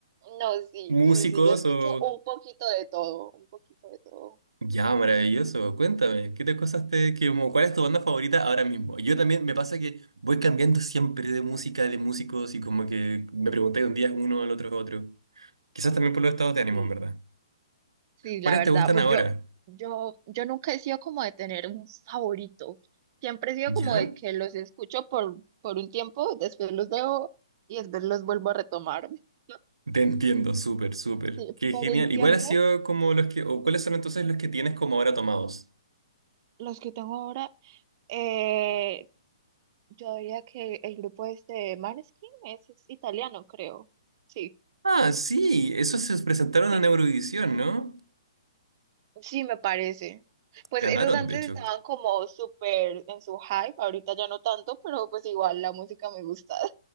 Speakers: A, on the right (about 40°); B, on the right (about 80°).
A: No, sí,
B: músicos
A: sí, sí, yo escucho
B: o...
A: un poquito de todo, un poquito de todo.
B: Ya, maravilloso. Cuéntame, ¿qué te cosas te... que como- ¿cuál es tu banda favorita ahora mismo? Yo también me pasa que voy cambiando siempre de música, de músicos y como que me pregunté un día uno, al otro, otro. Quizás también por los estados de ánimo,
A: Sí,
B: en verdad.
A: sí,
B: ¿Cuáles
A: la verdad,
B: te gustan
A: pues
B: ahora?
A: yo, yo, yo nunca he sido como de tener un favorito. Siempre he sido
B: ¿Ya?
A: como de que los escucho por, por un tiempo, después los dejo y después los vuelvo a retomar. <laughs>
B: Te entiendo, súper, súper.
A: Sí,
B: Qué
A: por
B: genial.
A: un tiempo,
B: ¿Y cuál ha sido como los que, o cuáles son entonces los que tienes como ahora tomados?
A: los que tengo ahora, eh, Yo diría que el grupo este Maneskin es, es italiano, creo. Sí,
B: Ah, sí, esos se presentaron
A: sí,
B: en Eurovisión, ¿no?
A: sí, me parece. Pues
B: Ganaron,
A: esos antes
B: de hecho.
A: estaban como súper en su hype, ahorita ya no tanto, pero pues igual la música me gusta.